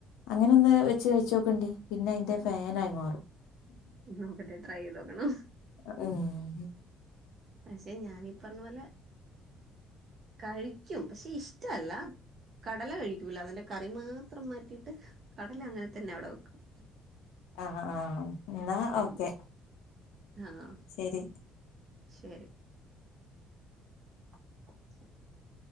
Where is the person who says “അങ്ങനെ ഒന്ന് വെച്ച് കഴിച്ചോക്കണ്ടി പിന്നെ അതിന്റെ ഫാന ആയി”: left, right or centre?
Left